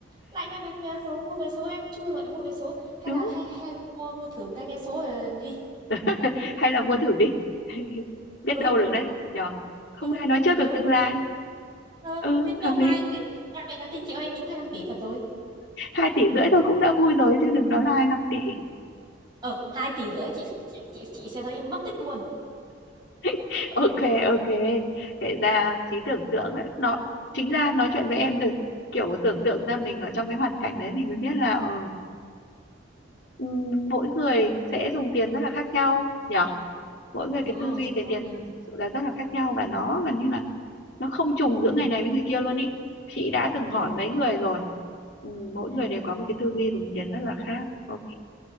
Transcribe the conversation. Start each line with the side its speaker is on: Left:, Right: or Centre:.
Right: lại nhắc đến vé số mua vé số em chưa bao giờ em mua vé số hay
Left: đúng
Right: là hay hay là mua mua thử một cái vé số rồi đi
Left: <laughs> hay là mua thử đi <laughs> biết
Right: ừ
Left: đâu được đấy nhở không
Right: ừ
Left: ai nói trước
Right: ừ
Left: được tương lai
Right: ờ,
Left: ừ
Right: bên đầu
Left: hợp
Right: mai
Left: lý
Right: em lại em lại nhắn tin chị ơi em trúng 25 tỷ thật rồi
Left: hai tỷ rưỡi thôi cũng đã vui rồi chứ đừng nói là hai năm tỷ
Right: ờ hai tỷ rưỡi chị chị chị chị sẽ thấy em mất tích luôn
Left: <laughs> ok ok kể ra trí tưởng tượng ấy, nó chính ra nói chuyện với em rồi kiểu tưởng tượng ra mình ở trong cái hoàn cảnh đấy mình mới biết là ờ, ừ, mỗi người sẽ dùng tiền rất là khác nhau nhỉ mỗi người
Right: đúng
Left: cái
Right: rồi
Left: tư duy
Right: chính
Left: về
Right: xác
Left: tiền
Right: mà
Left: thực sự là rất là khác nhau và nó gần như là nó không trùng giữa ngày này với người kia luôn ý chị đã từng
Right: đúng
Left: hỏi mấy người rồi ừ, mỗi
Right: ừ
Left: người đều có một cái tư duy dùng tiền rất là khác ok